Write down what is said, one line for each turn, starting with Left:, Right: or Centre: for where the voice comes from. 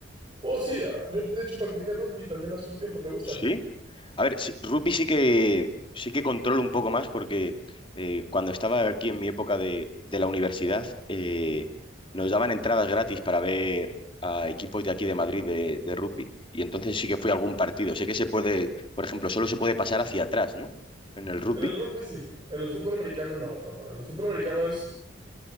Right: Oh, sí, ah, yo de hecho practiqué rugby también hace un tiempo, ¿te gusta?
Left: ¿Sí? A ver, sí- rugby sí que sí que controlo un poco más porque eh, cuando estaba aquí en mi época de, de la universidad eh, nos daban entradas gratis para ver a equipos de aquí de Madrid de, de rugby. Y entonces sí que fui a algún partido. Sé que se puede, por ejemplo, solo se puede pasar hacia atrás, ¿no? En el rugby.
Right: En el rugby sí, en el fútbol americano no, no, no. En el fútbol americano es